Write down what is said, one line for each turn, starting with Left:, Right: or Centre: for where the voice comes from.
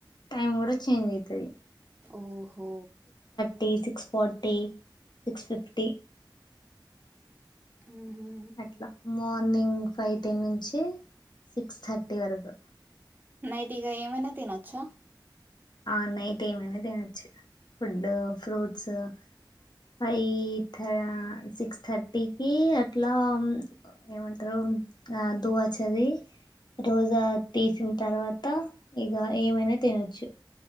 Left: టైమ్ కూడా చేంజ్ అయితది
Right: ఓహో
Left: day six forty six fifty
Right: ఉహు
Left: అట్లా మార్నింగ్ ఫైవ్ టెన్ నుంచి సిక్స్ థర్టీ వరకు
Right: నైట్ ఇక ఏమైనా తినొచ్చా
Left: ఆ నైట్ ఏమనా తినొచ్చు ఫుడ్ ఫ్రూట్స్ ఫైవ్ ధ సిక్స్ థర్టీకి అట్లా ఏమంటారు ఆ దువచది రోజా తీసిన తర్వాత ఇగా ఏమైనా తినొచ్చు